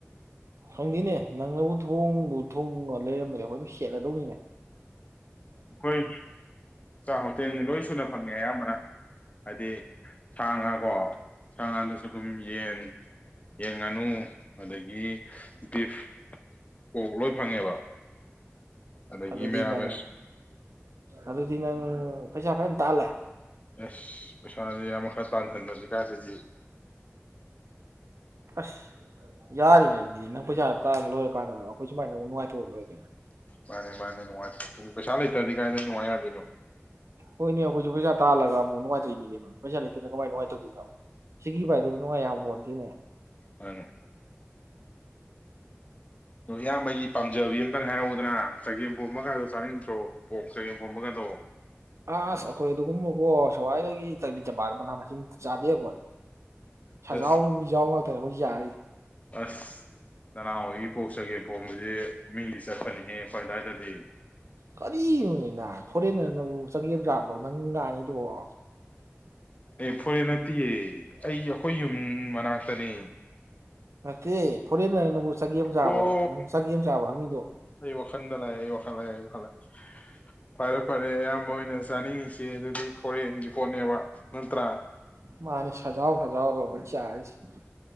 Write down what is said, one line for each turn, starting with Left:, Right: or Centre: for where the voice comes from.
Right: ꯈꯪꯗꯦꯅꯦ ꯅꯪꯅꯕꯨ ꯊꯣꯡꯕꯨ ꯊꯣꯡꯉ ꯂꯩꯔꯝꯕꯅꯦ ꯑꯩꯈꯣꯏ ꯑꯗꯨꯝ ꯈꯦꯠꯂꯗꯧꯅꯤꯅꯦ
Left: ꯑꯈꯣꯏ ꯆꯥꯛ ꯍꯣꯇꯦꯜꯅꯤ ꯂꯣꯏ ꯁꯨꯅ ꯐꯪꯉꯦ ꯑꯌꯥꯝꯕꯅ ꯍꯥꯏꯗꯤ ꯁꯥ ꯉꯥ ꯀꯣ ꯁꯥ ꯉꯥꯗꯨꯁꯨ ꯑꯗꯨꯝ ꯌꯦꯟ ꯌꯦꯟ ꯉꯥꯅꯨ ꯑꯗꯒꯤ ꯗꯤꯐ ꯄꯣꯛ ꯂꯣꯏ ꯐꯪꯉꯦꯕ ꯑꯗꯒꯤ
Right: ꯑꯗꯨꯗꯤ
Left: ꯃꯦꯔ
Right: ꯅꯪ
Left: ꯃꯦꯁ
Right: ꯑꯗꯨꯗꯤ ꯎꯝ ꯄꯩꯁꯥ ꯐꯖꯅ ꯇꯥꯜꯂꯦ
Left: ꯑꯁ ꯄꯩꯁꯥꯖꯦ ꯏꯌꯥꯝꯕ ꯈꯔ ꯇꯥꯟꯍꯟꯗꯗꯤ ꯆꯗꯒꯤ
Right: ꯑꯁ ꯌꯥꯔꯤꯅꯦꯗꯤ ꯅꯪ ꯄꯩꯖꯥ ꯇꯥꯟ ꯂꯣꯏꯔꯀꯥꯟꯗ ꯑꯈꯣꯏ ꯁꯨꯃꯥꯏꯅ ꯑꯃꯨꯛ ꯅꯨꯡꯉꯥꯏꯇꯣꯛꯑꯒ ꯂꯣꯏꯔꯦ ꯀꯩꯅꯣ
Left: ꯃꯥꯅꯦ ꯃꯥꯅꯦ ꯅꯨꯡꯉꯥꯏ ꯎꯝ ꯄꯩꯁꯥ ꯂꯩꯇꯗꯤ ꯀꯥꯏꯗ ꯅꯨꯡꯉꯥꯏ ꯌꯥꯗꯣꯏꯅꯣ
Right: ꯍꯣꯏꯅꯦ ꯑꯈꯣꯏꯁꯨ ꯄꯩꯁꯥ ꯇꯜꯂꯒ ꯑꯃꯨꯛ ꯅꯨꯡꯉꯥꯏꯊꯣꯛꯏꯅꯤ ꯀꯩꯅꯣ ꯄꯩꯁꯥ ꯂꯩꯇꯦꯅ ꯀꯃꯥꯏꯅ ꯀꯃꯥꯏ ꯇꯧꯗꯣꯏꯅꯣ ꯁꯤꯀꯤ ꯄꯥꯏꯗꯅ ꯅꯨꯡꯉꯥꯏ ꯌꯥꯄꯣꯟꯗꯦꯅꯦ
Left: ꯃꯥꯅꯦ ꯏꯌꯥꯝꯕꯒꯤ ꯄꯥꯝꯖꯕꯤ ꯑꯝꯇꯪ ꯍꯥꯏꯔꯛꯎꯗꯅ ꯆꯒꯦꯝꯄꯣꯝꯕꯒꯗꯣ ꯆꯥꯅꯤꯡꯗ꯭ꯔꯣ ꯄꯣꯛ ꯆꯒꯦꯝꯄꯣꯝꯕꯒꯗꯣ
Right: ꯑꯁ ꯑꯩꯈꯣꯏ ꯑꯗꯨꯒꯨꯝꯕꯨꯀꯣ ꯁꯋꯥꯏꯗꯒꯤ ꯆꯕꯤꯠ ꯆꯕꯥꯠ ꯃꯅꯥ ꯃꯁꯤꯡ ꯆꯥꯗꯦ ꯑꯩꯈꯣꯏ ꯁꯖꯥꯎ
Left: ꯑꯁ
Right: ꯃꯤꯖꯥꯎ ꯇꯥꯅꯤ ꯑꯈꫭꯏ ꯆꯥꯔꯤꯁꯤ
Left: ꯑꯁ ꯅꯅꯥꯎ ꯍꯣꯏꯒꯤ ꯄꯣꯛ ꯆꯒꯦꯝ ꯄꯣꯝꯕꯁꯦ ꯃꯤꯡꯗꯤ ꯆꯠꯄꯅꯤꯍꯦ ꯑꯩꯈꯣꯏ ꯑꯗꯋꯥꯏꯗꯗꯤ
Right: ꯀꯔꯤꯅꯣꯅꯦ ꯅꯕ ꯐꯣꯔꯦꯟꯅꯔꯅꯕꯨ ꯆꯒꯦꯝ ꯆꯥꯕ꯭ꯔꯣ ꯅꯪ ꯉꯥꯡꯉꯤꯗꯨꯕꯨ
Left: ꯑꯦ ꯐꯣꯔꯦꯟ ꯅꯠꯇꯤꯌꯦ ꯑꯩ ꯑꯩꯈꯣꯏ ꯌꯨꯝ ꯃꯅꯥꯛꯇꯅꯦ
Right: ꯅꯠꯇꯦ ꯐꯣꯔꯦꯟꯅꯔꯅꯕꯨ ꯆꯒꯦꯝ ꯆꯥꯕ꯭ꯔꯣ
Left: ꯑꯣ
Right: ꯅꯪ ꯆꯒꯦꯝ ꯆꯥꯕ ꯍꯪꯉꯤꯗꯣ
Left: ꯑꯩ ꯋꯥꯈꯟꯗ ꯂꯥꯛ ꯑꯦ ꯑꯩ ꯋꯥꯈꯜ ꯂꯥꯛꯑꯦ ꯑꯩ ꯋꯥꯈꯜ ꯂꯥꯛꯑꯦ ꯐꯔꯦ ꯐꯔꯦ ꯏꯌꯥꯝꯕ ꯍꯣꯏꯅ ꯆꯥꯅꯤꯡꯉꯤꯁꯤ ꯑꯗꯨꯗꯤ ꯀꯣꯔꯤꯌꯟꯒꯤ <unintelligible> ꯅꯠꯇ꯭ꯔ
Right: ꯃꯥꯅꯤ ꯁꯖꯥꯎ ꯁꯖꯥꯎꯗꯣ <unintelligible> ꯆꯥꯔꯁꯤ